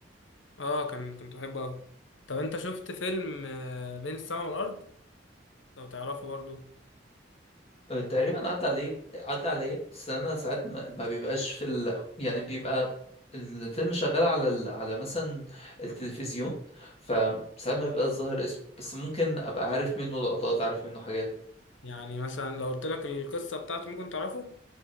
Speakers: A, on the left; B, on the left.
A: اه كان كنت بحبه قوي طب انت شفت فيلم آه، بين السماء والارض لو تعرفه برضه
B: آه، تقريبا عدى عليه عدى عليا بس أنا ساعات ما, ما بيبقاش في ال... يعني بيبقى الفيلم شغال على ال... على مثلا التلفزيون فساعات ما بيبقاش ظاهر اسمه بس ممكن أبقى عارف منه لقطات عارف منه حاجات
A: يعني مثلا لو قلت لك القصه بتاعته ممكن تعرفه